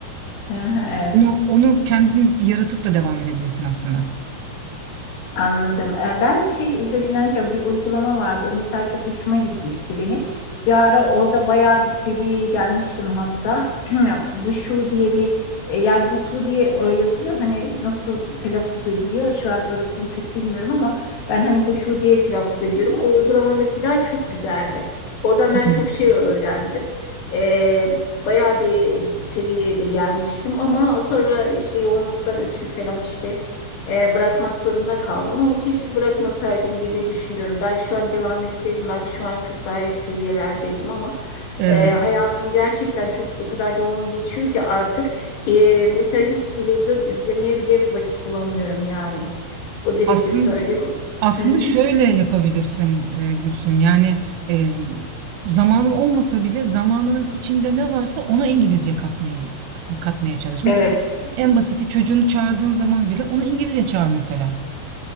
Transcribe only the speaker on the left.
Hı hı, Evet.
Anladım. Ee, Ben de şey üzerinden çok bir uygulama vardı. O mesela çok hoşuma gitmişti benim. Bir ara orada bayağı bir seviyeye gelmiştim hatta. <clears throat> Bu şu diye bir e, yani bu su diye e, yazılıyor. Hani nasıl telaffuz ediliyor? Şu an orasını çok bilmiyorum ama ben hani bu şu diye telaffuz ediyorum. O uygulama mesela çok güzeldi. Oradan ben
çok şey öğrendim. Ee, bayağı bir seviyeye de gelmiştim ama sonra işte yoğunluktan ötürü falan işte e, bırakmak zorunda kaldım ama keşke bırakmasaydım diye de düşünüyorum. Belki şu an devam etseydim, belki şu an çok daha iyi seviyelerdeydim ama
e, hayatım gerçekten çok o kadar yoğun geçiyor ki artık e, mesela hiç televizyon izlemeye bile vakit bulamıyorum yani. O derece
söyleyeyim.
Hı hı.
Evet.